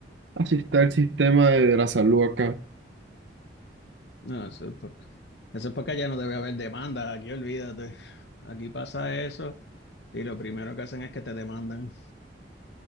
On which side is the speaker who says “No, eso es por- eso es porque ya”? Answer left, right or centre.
Left